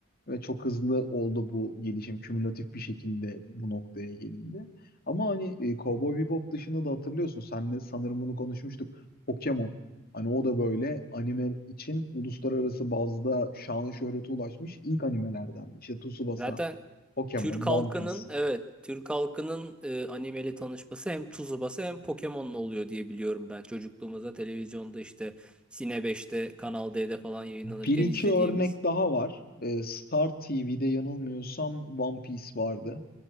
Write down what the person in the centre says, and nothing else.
Zaten
Türk
halkının
evet Türk halkının e, animeyle tanışması hem Tsubasa hem Pokemon'la oluyor diye biliyorum ben. Çocukluğumuzda televizyonda işte Sine 5'te Kanal D'de falan yayınlanırken
izlediğimiz